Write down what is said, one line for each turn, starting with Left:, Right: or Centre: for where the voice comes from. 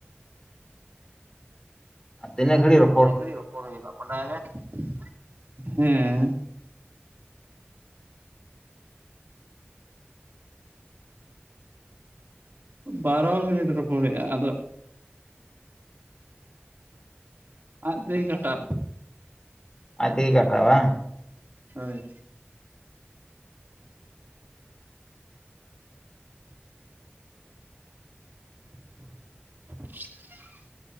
Left: ᱟᱨ ᱛᱤᱱᱟᱹᱜ ᱜᱟᱹᱲᱤ ᱨᱚ
Right: ᱛᱤᱱᱟᱮ ᱜᱷᱟᱹᱲᱤᱪ ᱨᱚᱯᱲ ᱦᱩᱭᱩᱜᱼᱟ <unintelligible> ᱦᱮᱸ ᱵᱟᱨᱚ ᱢᱤᱱᱤᱴ ᱨᱚᱯᱚᱲ ᱦᱩᱭᱩᱜᱼᱟ᱾ ᱟᱫᱚ ᱟᱡ ᱛᱮᱜᱮ ᱜᱷᱟᱴᱟᱵ
Left: ᱟᱡ ᱛᱮᱜᱮ ᱠᱟᱴᱟ ᱟ ᱵᱟᱝ
Right: ᱦᱟᱹᱭ <inaudible>